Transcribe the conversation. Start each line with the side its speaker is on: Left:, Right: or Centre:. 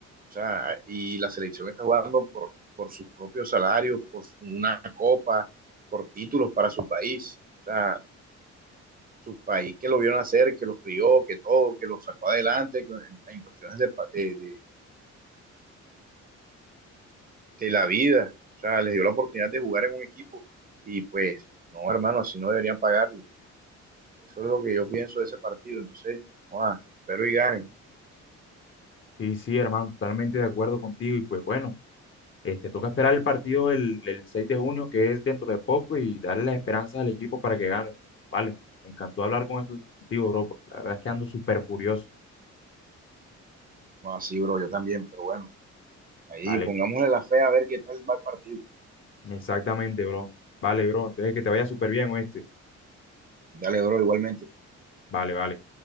Right: O sea, y la selección está jugando por, por sus propios salarios, por su- una copa, por títulos para su país. O sea, su país que lo vio nacer que lo crió, que todo, que lo sacó adelante que, en, en, cuestiones de, de, de, de, la vida. O sea, les dio la oportunidad de jugar en un equipo y pues, no, hermano, así no deberían pagarle. Eso es lo que yo pienso de ese partido. Entonces, no, ah, espero y ganen.
Left: Sí, sí, hermano, totalmente de acuerdo contigo y pues bueno, este, toca esperar el partido el, el 6 de junio, que es dentro de poco, y darle las esperanzas al equipo para que gane. pues. Vale, me encantó hablar con esto contigo, bro, porque la verdad es que ando súper furioso.
Right: Ah, sí, bro, yo también, pero bueno, ahí
Left: Vale,
Right: pongámosle la fe a ver qué tal va el partido.
Left: Exactamente, bro. Vale, bro. Entonces que te vaya súper bien, ¿oíste?
Right: Dale, bro, igualmente.
Left: Vale, vale.